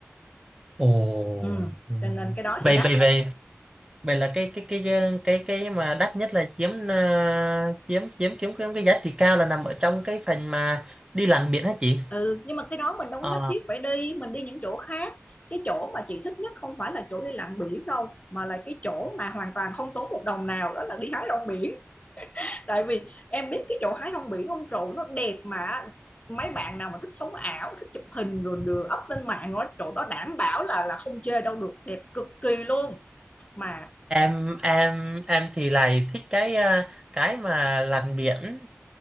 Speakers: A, on the right (about 15°); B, on the left (about 30°).
A: Ồ.
B: ừ
A: ừ.
B: cho nên cái đó
A: Vậy
B: thì đắt.
A: vậy vậy vậy là cái cái cái cái cái mà đắt nhất là chiếm ờ, chiếm chiếm chiếm chiếm cái giá trị cao là nằm ở trong cái phần mà đi lặn biển hả chị?
B: Ừ, nhưng mà cái đó mình đâu có
A: Ờ
B: nhất thiết phải đi, mình đi những chỗ khác. Cái chỗ mà chị thích nhất không phải là chỗ đi lặn biển đâu, mà là cái chỗ mà hoàn toàn không tốn một đồng nào, đó là đi hái rong biển. Tại vì em biết cái chỗ hái rong biển ông trụ nó đẹp mà mấy bạn nào mà thích sống ảo, thích chụp hình rồi đưa up lên mạng đó, chỗ đó đảm bảo là là không chê đâu được, đẹp cực kỳ luôn. Mà
A: em em em thì lại thích cái à, cái mà lặn biển